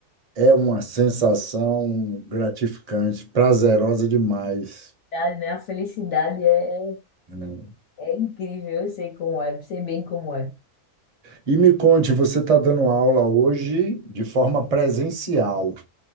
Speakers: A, on the right; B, on the left.
A: É uma sensação gratificante, prazerosa demais.
B: a idade, né? A felicidade é,
A: né?
B: é incrível. Eu sei como é, sei bem como é.
A: E me conte, você está dando aula hoje de forma presencial.